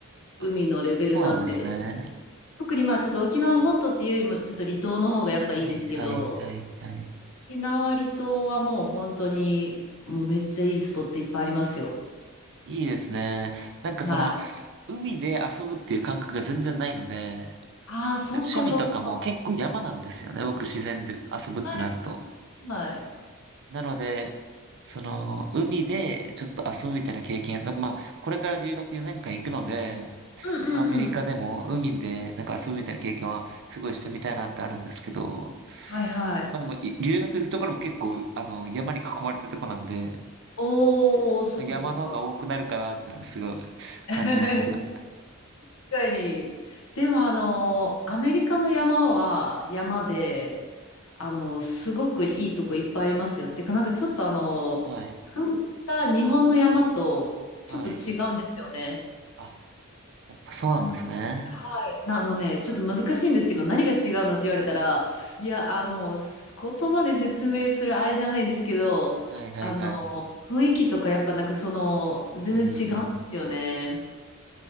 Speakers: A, on the right; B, on the left.
A: あ、
B: 海のレベルなんで、
A: そうなんですね。
B: 特にまあちょっと沖縄本島っていうよりもちょっと離島の方がやっぱいいですけど、
A: はい、はい、はい、はい。
B: 沖縄離島はもう本当にもうめっちゃいいスポットいっぱいありますよ。
A: いいですね。なんかその、
B: はい。
A: 海で遊ぶっていう感覚が全然ないので、なんか
B: ああ、そっかそっか。
A: 趣味とかも結構山なんですよね。僕自然で遊ぶってなると。
B: はいはい。
A: なので、その、海でちょっと遊ぶみたいな経験、なんかまあ、これから留学4年間行くので、
B: うんうんうん。
A: まあ、アメリカでも海でなんか遊ぶみたいな経験はすごいしてみたいなってあるんですけど、
B: はいはい。
A: まあでも、い留学行くところも結構、あの、山に囲まれてるとこなんで、
B: おー、そっかそっか。
A: まあ、山の方が多くなるかなっていうのがすごい感じますけど。
B: <laughs> 確かに。でもあの、アメリカの山は山で、あの、すごくいいとこいっぱいありますよ。っていうか、なんかちょっとあの、
A: はい。
B: 感じが日本の山とちょっと違うんですよね。
A: はい。あ、やっぱそうなんですね。
B: な、はい。なあのね、ちょっと難しいんですけど、何が違うのって言われたら、いや、あの、言葉で説明するあれじゃないんですけど、
A: はいはいはい。
B: あの、雰囲気とかやっぱなんかその、全然違うんですよね。
A: うん。